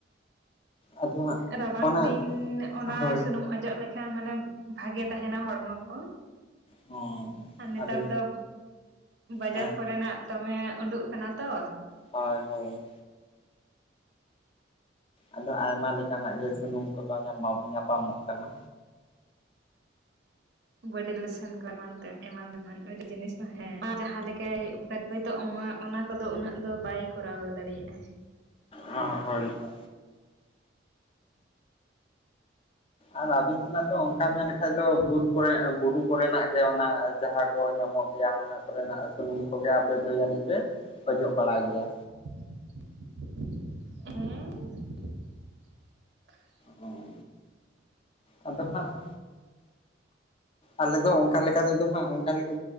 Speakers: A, on the left; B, on the right.
A: ᱟᱫᱚ ᱦᱟᱸᱜ
B: ᱨᱟᱵᱟᱝ
A: ᱚᱱᱟ
B: ᱫᱤᱱ ᱚᱱᱟ
A: ᱦᱳᱭ
B: ᱥᱩᱱᱩᱢ ᱚᱡᱚᱜ ᱞᱮᱠᱷᱟᱱ ᱢᱟᱱᱮ ᱵᱷᱟᱜᱮ ᱛᱟᱦᱮᱱᱟ ᱦᱚᱲᱢᱚ ᱠᱚ᱾
A: ᱦᱚᱸ
B: ᱟᱨ ᱱᱮᱛᱟᱨ
A: ᱟᱫᱚ
B: ᱫᱚ ᱵᱟᱡᱟᱨ
A: ᱦᱮᱸ
B: ᱠᱚᱨᱮᱱᱟᱜ ᱫᱚᱢᱮ ᱩᱰᱩᱜ ᱠᱟᱱᱟ ᱛᱚ
A: ᱦᱳᱭ ᱦᱳᱭ ᱟᱫᱚ ᱟᱭᱢᱟ ᱞᱮᱠᱟᱱᱟᱜ ᱜᱮ ᱥᱩᱱᱩᱢ ᱠᱚᱫᱚ ᱧᱟᱯᱟᱢ ᱧᱟᱯᱟᱢᱚᱜ ᱠᱟᱱᱟ᱾
B: ᱵᱚᱰᱤ ᱞᱮᱥᱮᱱ ᱠᱚ ᱮᱢᱟᱱ ᱛᱮ ᱮᱢᱟᱱ ᱮᱢᱟᱱ ᱟᱹᱰᱤ ᱡᱤᱱᱤᱥ ᱦᱮᱸ ᱡᱟᱦᱟ ᱞᱮᱠᱟᱭ ᱦᱚᱭᱛᱳ ᱚᱱᱟ ᱚᱱᱟ ᱠᱚᱫᱚ ᱩᱱᱟᱹᱜ ᱫᱚ ᱵᱟᱭ ᱠᱚᱨᱟᱣ ᱫᱟᱲᱮᱭᱟᱜᱼᱟ᱾
A: ᱦᱚ ᱦᱳᱭ ᱛᱚ ᱟᱨ ᱟᱹᱵᱤᱱ ᱠᱷᱚᱱᱟᱜ ᱫᱚ ᱚᱱᱠᱟ ᱢᱮᱱ ᱵᱟᱠᱷᱟᱡ ᱫᱚ ᱵᱩᱨ ᱠᱚᱨᱮ ᱵᱩᱨᱩ ᱠᱚᱨᱮᱱᱟᱜ ᱜᱮ ᱚᱱᱟ ᱡᱟᱦᱟᱸ ᱠᱚ ᱧᱟᱢᱚᱜ ᱡᱟ ᱚᱱᱟ ᱠᱚᱨᱮᱱᱟᱜ ᱥᱩᱱᱩᱢ ᱠᱚᱜᱮ ᱟᱯᱮ ᱫᱚ ᱡᱟᱹᱱᱤᱡ ᱯᱮ ᱚᱡᱚᱜ ᱵᱟᱲᱟ ᱜᱮᱭᱟ?
B: ᱦᱮ
A: ᱚ ᱟᱫᱚ ᱦᱟᱸᱜ ᱟᱞᱮᱫᱚ ᱚᱱᱠᱟ ᱞᱮᱠᱟ ᱛᱮᱫᱚ ᱦᱟᱸᱜ ᱚᱱᱠᱟ ᱞᱮᱠᱟ